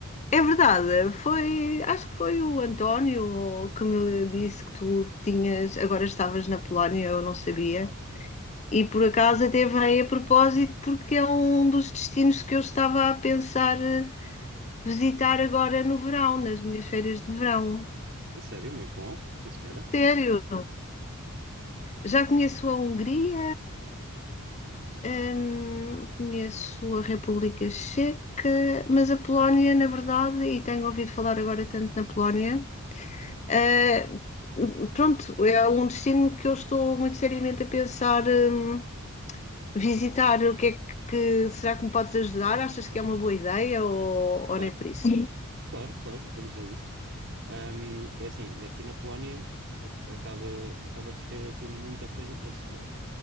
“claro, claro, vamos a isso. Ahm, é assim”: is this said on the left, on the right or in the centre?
Right